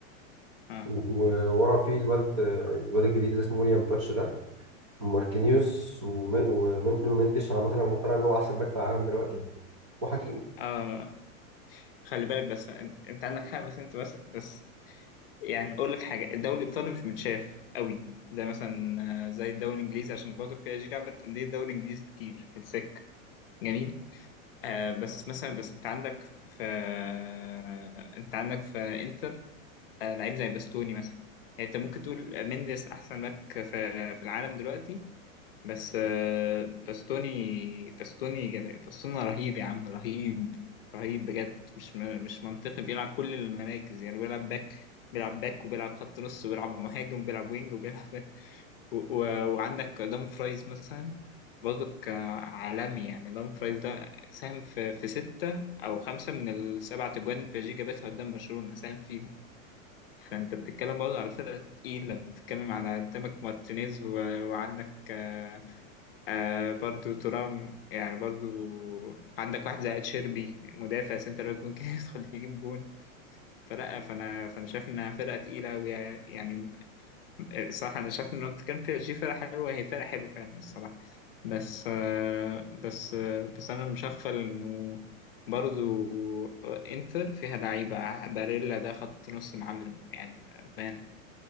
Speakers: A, on the left (about 45°); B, on the right (about 25°).
A: آه
B: و- وورا فيه الواد الواد الجديد اللي اسمه ويليام باتش ده ماركينيوس ومن- ومن- ونونو مندش انا مثلا مقتنع ان هو احسن باك في العالم دلوقتي وحكيمي
A: آه خلي بالك بس أنت, انت عندك حق بس أنت بس بس يعني اقول لك حاجه الدوري الايطالي مش متشاف قوي زي مثلا آه، زي الدوري الانجليزي عشان برضه بي اس جي لعبت انديه الدوري الانجليزي كتير في السكه جميل آه بس مثلا بس انت عندك في آه انت عندك في انتر آه لعيب زي باستوني مثلا يعني انت ممكن تقول مينديس احسن باك في في العالم دلوقتي بس آه، باستوني باستوني جد- باستوني رهيب يا عم رهيب رهيب بجد مش م- مش منطقي بيلعب كل المراكز يعني بيلعب باك بيلعب باك وبيلعب خط نص وبيلعب مهاجم وبيلعب وينج وبيلعب <laughs> و... و... وعندك دام فرايز مثلا برضه عالمي يعني دام فرايز ده ساهم في في ستة أو خمسة من السبعة تجوان اللي بيجي جابتها قدام برشلونة ساهم فيهم فأنت بتتكلم برضه على فرقة تقيلة بتتكلم على قدامك مارتينيز و... وعندك آه، آه برضو ترام يعني برضو عندك واحد زي تشيربي مدافع سنتر باك ممكن <laughs> يدخل يجيب جون فلا فانا فانا شايف انها فرقه تقيله أوي يعني يعني، آه، صح انا شايف ان لو كان بي اس جي فرقه حلوه هي فرقه حلوه فعلا الصراحه بس آه بس آه بس انا مش هغفل انه برضو انتر فيها لعيبه باريلا ده خط نص معلم يعني بأمانة